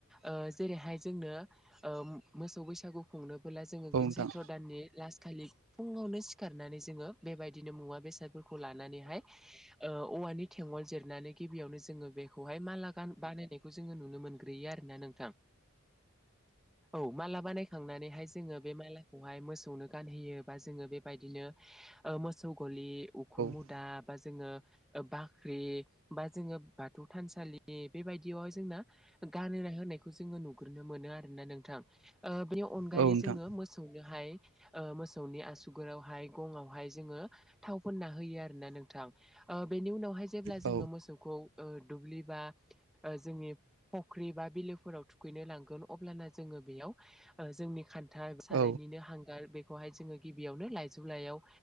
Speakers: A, in the centre; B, on the right.
A: ओ जेरैहाय जों ओ मोसौ बैसागु खुंनोबोला जोङो
B: औ नोंथां
A: सैथ्र' दाननि लास खालि फुङावनो सिखारनानै जोङो बेबायदिनो मुवा बेसादफोरखौ लानानैहाय ओ औवानि थेंङ'ल जिरनानै गिबियावनो जोङो बेखौहाय माला गान बानायनायखौ जोङो नुनो मोन ग्रोयो आरोना नोंथां औ मालाबानायनायखांनानैहाय जोङो बे मालाखौहाय मोसौनो गानहोयो बा जोङो बेबायदिनो ओ मोसौ गलि उखुम मुदा
B: औ
A: बा जोङो ओ बाख्रि बा जोङो बाथौ थानसालि बेबायदियावहाय जोंना गान नायखौ जोङो नुग्रोनो मोनो आरोना नोंथां ओ बेनि अनगायै
B: औ औ नोंथां
A: जोङो मोसौनोहाय ओ मोसौनि आसुगुरावहाय गङावहाय जोङो थाव फोनना होयो आरोना नोंथां ओ बेनि उनावहाय जेब्ला
B: औ
A: जोङो मोसौखौ ओ दुब्लि बा ओ जोंनि फख्रि बा बिलोफोराव थुखैनो लांगोन अब्लाना जोङो बेयाव ओ जोंनि खान्था सारायनिनो
B: औ
A: हांगार बे खौहाय जोङो गिबियावनो लाइजु लाइयाव